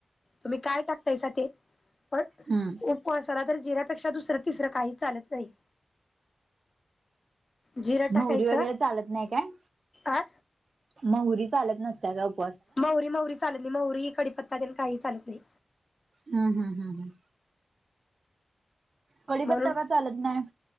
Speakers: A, on the left; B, on the right.
A: तुम्ही काय टाकतायसा ते? पण
B: हम्म
A: ऊपवासाला तर, जिऱ्यापेक्षा दुसरं- तिसरं काही चालत नाही. जिरं टाकायचं
B: महुरी वगैरे चालत नाही काय?
A: आ
B: महुरी चालत नसत्याय का उप
A: मौरी- मौरी चालत नाही. मौरी, कडीपत्ता त्यान काही चालत नाही.
B: हम्म, हम, हम्, हम. कडीपत्ता
A: म्हणून
B: का चालत नाही?